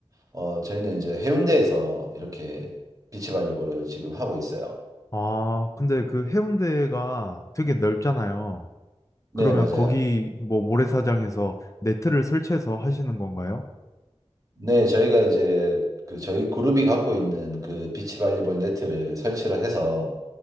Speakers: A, on the right (about 30°); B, on the left (about 30°).
A: 어, 저희는 이제 해운대에서 이렇게 비치발리볼을 지금 하고 있어요.
B: 아, 근데 그 해운대가 되게 넓잖아요.
A: 네,
B: 그러면
A: 맞아요.
B: 거기 뭐 모래사장에서 네트를 설치해서 하시는 건가요?
A: 네, 저희가 이제 그 저희 그룹이 갖고 있는 그 비치발리볼 네트를 설치를 해서